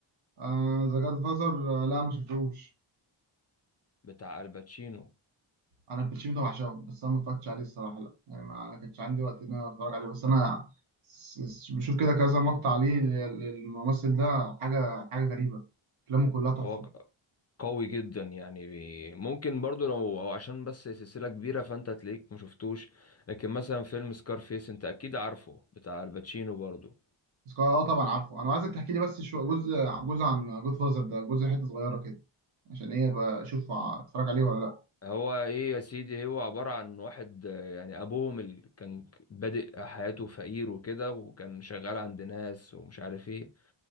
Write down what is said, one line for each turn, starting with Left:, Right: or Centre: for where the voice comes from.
Right: آه ذا جاد فازر آه لا ما شفتهوش
Left: بتاع الباتشينو
Right: انا الباتشينو ده بعشقه بس انا ما اتفرجتش عليه الصراحه لا يعني ما كانش عندي وقت ان انا اتفرج عليه بس انا س- س- بشوف كده كذا مقطع عليه لل- للممثل ده حاجه حاجه غريبه افلامه كلها تحفه
Left: هو ق- قوي جدا يعني بي ممكن برضو لو هو عشان بس سلسله كبيره فانت تلاقيك ما شفتوش لكن مثلا فيلم سكارفيس انت اكيد عارفه بتاع الباتشينو برضو
Right: بس اه طبعا عارفه انا عايزك تحكي لي بس شو جزء جزء عن جود فازر ده جزء حته صغيره كده عشان ايه بشوف اتفرج عليه ولا لا
Left: هو ايه يا سيدي هو عبارة عن واحد آه، يعني ابوهم اللي كان بادئ حياته فقير وكده وكان شغال عند ناس ومش عارف ايه